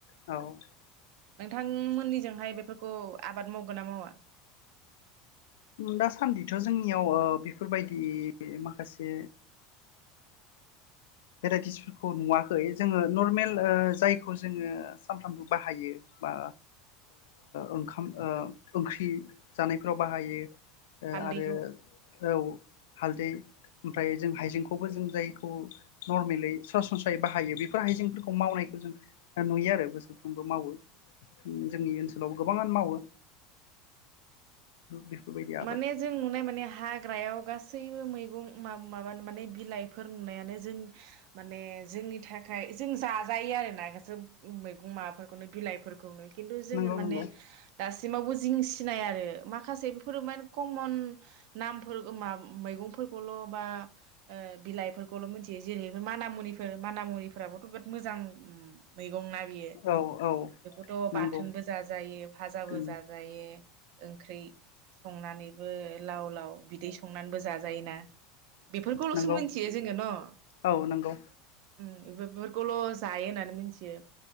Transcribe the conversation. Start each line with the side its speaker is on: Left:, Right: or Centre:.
Left: औ
Right: नोंथांमोननिजोंहाय बेफोरखौ आबाद मावगोन ना मावा
Left: दासान्दिथ' जोंनियाव बेफोरबायदि माखासे भेराइटिसफोरखौ नुवाखै जोङो नर्मेल जायखौ जोङो सानफ्रामबो बाहायो बा ओंखाम ओंख्रि जानायफोराव बाहायो <inaudible>
Right: हालदैखौ
Left: आरो औ हालदै ओमफ्राय जों हाइजेंखौबो जों जायखौ नरमेलि सरासनस्रायै बाहायो बेफोर हाइजेंफोरखौ मावनायखौ जों नुयो आरो बोसोरफ्रोमबो मावो जोंनि ओनसोलाव गोबाङानो मावो बेफोरबायदि आबादखौ
Right: माने जों नुनाय माने हाग्रायाव गासैबो गासैबो मैगं माब माने बिलाइफोर नुनायानो जों माने जोंनि थाखाय जों जाजायो आरोना गासो मैगं माबाफोरखौनो बिलाइफोरखौनो खिन्थु जोङो
Left: नंगौ
Right: माने
Left: नंगौ
Right: दासिम सिमावबो जिं सिनाया आरो माखासे माने कमन नामफोरखौल' मैफोरखौल' बा बिलाइफोरखौल' मिथियो जेरै माना मनिफोर माना मनिफोराबोथ' बि जोबोद मोजां मै दंना बियो
Left: औ औ
Right: बेखौथ'
Left: नंगौ
Right: बाथोनबो जाजायो फाजाबो
Left: औ
Right: जाजायो ओंख्रि संनानै बो लाव लाव बिदै संनानैबो जाजा जाजायोना बेफोरखौल'सो
Left: नंगौ
Right: मिथियो जोङो न'
Left: औ नंगौ
Right: बे बेफोरखौल' जायो होननानै मिथियो